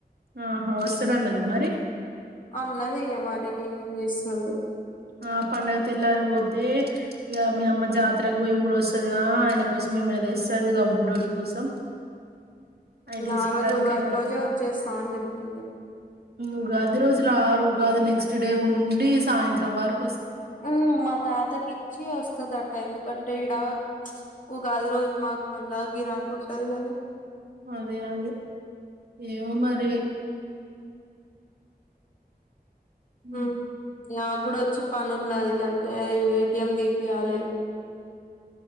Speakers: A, on the right; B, on the left.
A: ఆహా వస్తన్నాను కదా మరి
B: అన్నది ఇగ మరి ఏం చేస్తది
A: ఆ పండగత ఎలార పోతే ఇక మీ అమ్మ జాతరకు పోయి కూడా వస్తుందిగా ఆయన కోసంమామ తెస్తదిగా బుడ్డడు కోసం అవి తీసుకోవడానికైనా
B: ఆ రోజు ఉగాది
A: వత్తది
B: రోజే వచ్చేస్తాం అని చెప్పింది
A: ఉగాది రోజులరు ఉగాది నెక్స్ట్ డే ఉండి సాయంత్రం వారు
B: ఉ మా తాతకి ఇచ్చి వస్తుందిట్ట ఎందుకంటే ఇడా ఉగాది రోజు మాకు మళ్ళా గ రాకుంటది కదా
A: అదే అదే ఏమో మరి హ
B: ఉమ్ నాకు కూడా వచ్చి పని ఉన్నది అన్న ఏటిఎం తీీపియాలి